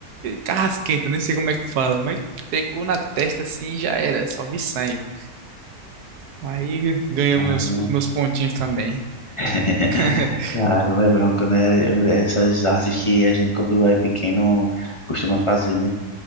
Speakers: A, on the right; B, on the left.
A: carrasquenta, nem sei como é que fala, mas pegou na testa assim e já era, só vi sangue. Aí ganhei
B: Caramba,
A: meus- os meus pontinhos também.
B: <laughs>
A: <laughs>
B: caramba, é bronco, né? Eu- Essas artes que a gente, quando é pequeno, costuma fazer, né?